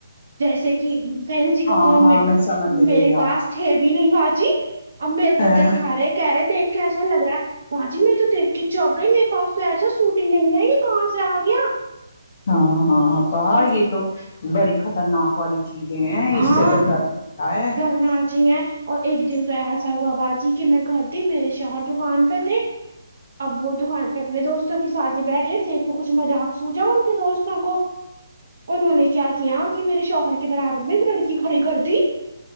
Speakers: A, on the right; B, on the left.
A: جیسے کہ فینسی کپڑوں
B: ہاں
A: میں
B: ہاں سمجھ گئی
A: میرے پاس
B: آپ
A: تھے بھی نہیں باجی اور میرے
B: ہ
A: کو دکھا رہے کہہ رہے ہیں دیکھ کیسا لگ رہا باجی میں تو دیکھ کے چونک گئی میرے پاس تو ایسا سوٹ ہی نہیں ہے یہ کہاں سے آ گیا
B: ہاں ہاں آپا
A: اور
B: یہ تو بڑی خطرناک والی چیزیں ہے
A: ہاں
B: اس سے تو ڈر لگتا ہے
A: ڈرنا چاہئے اور ایک دن تو ایسا ہوا باجی کہ میں گھر تھی میرے شوہر دکان پہ تھے اب وہ دکان پہ اپنے دوستوں کے ساتھ ہی بیٹھے تھے تو کچھ مذاق سوجا ان کے دوستوں کو انہوں نے کیا کیا کہ میرے شوہر کے برابر میں ایک لڑکی کھڑی کردی